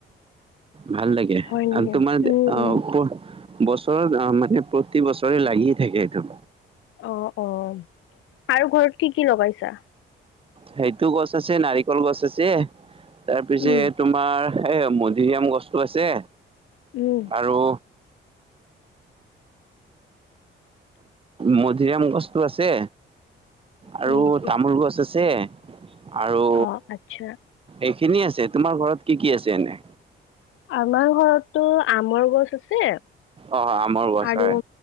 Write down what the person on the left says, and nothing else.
হয় নেকি?
উম
উম
অ', অ', আৰু ঘৰত কি কি লগাইছা?
উম
উম।
হয় নেকি
অ আচ্ছা
আমাৰ ঘৰতটো আমৰ গছ আছে
আৰু